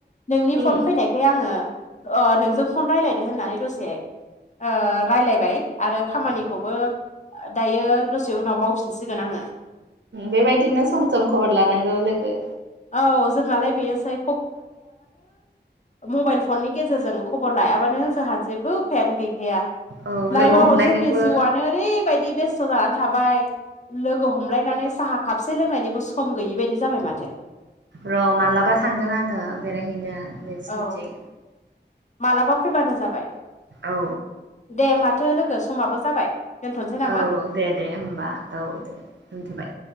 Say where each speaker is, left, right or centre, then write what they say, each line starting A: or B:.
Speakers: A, on the left (about 40°); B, on the right (about 80°).
A: नोंनि
B: उम
A: फन फैनाय नै आङो ओ नोंजों फन रायज्लायनो होननानै दसे ओ रायलायबाय आरो खामानिखौबो दायो दसे उनाव मावफिनसिगोन आङो
B: बेबायदिनो सम सम खबर लानांगौ लोगो
A: औ जोंहालाय बेनोसै मबाइल फननि गेजेरजों खबर लायाबानो जोंहा जेबो उफायानो गैखाया
B: औ
A: लाइफआव
B: लोगो हमलायनोबो
A: जोंनि जिउआनो ओरैबायदि बेस्थ' जानानै थाबाय लोगो हमलायनानै साहा खापसे लोंनायनिबो सम गैयि बायदि जाबाय माथो
B: र' मालाबा थांगोन आङो बेरायहैनो नोंसिनिथिं
A: औ मालाबा फैबानो जाबाय
B: औ
A: दे माथो लोगो समाबो जाबाय दोनथ'नोसै नामा
B: औ दे दे होमबा औ दे दोनथ'बाय